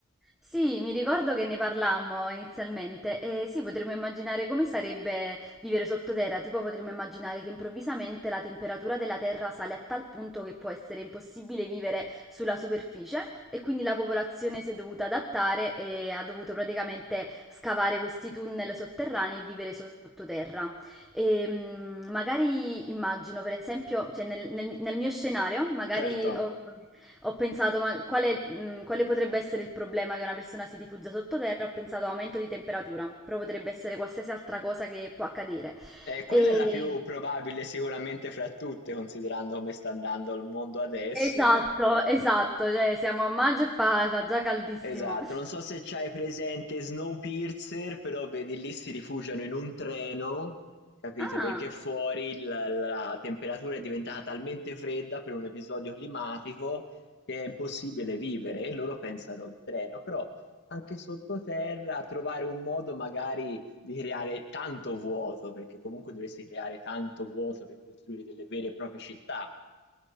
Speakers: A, in the centre; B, on the left.
A: Sì, mi ricordo che ne parlammo inizialmente e sì, potremmo immaginare come sarebbe vivere sottoterra, tipo potremmo immaginare che improvvisamente la temperatura della terra sale a tal punto che può essere impossibile vivere sulla superficie e quindi la popolazione si è dovuta adattare e ha dovuto praticamente scavare questi tunnel sotterranei e vivere sottoterra. E, mm, magari immagino, per esempio, cioè nel, nel- nel mio scenario, magari...
B: Certo.
A: ho- ok. Ho pensato, ma quale, mh, quale potrebbe essere il problema che una persona si rifugia sottoterra? Ho pensato aumento di temperatura, però potrebbe essere qualsiasi altra cosa che può accadere.
B: Eh, quella
A: E-
B: è la più probabile sicuramente fra tutte, considerando come sta andando il mondo adesso.
A: Esatto,
B: ecco.
A: esatto, cioè siamo a maggio e fa, fa già caldissimo.
B: Esatto, non so se c'hai presente Snowpiercer, però vedi lì si rifugiano in un treno, capito,
A: Ah.
B: perché fuori l la temperatura è diventata talmente fredda per un episodio climatico che è impossibile vivere e loro pensano al treno, però anche sottoterra trovare un modo magari di creare tanto vuoto, perché comunque dovresti creare tanto vuoto per costruire delle vere e proprie città.